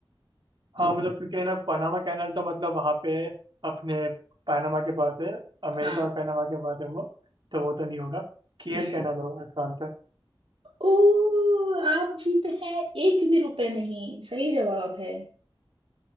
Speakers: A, on the right; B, on the right.
A: हाँ मतलब क्योंकि है ना पनामा कैनल तो मतलब वहाँ पे अपने पनामा के पास है अमेरिका
B: हाँ
A: और पनामा के पास है वो तो वो तो नहीं होगा कियल
B: हम्म
A: कैनल होगा इसका आंसर
B: ओ आप जीते हैं एक भी रुपए नहीं सही जवाब है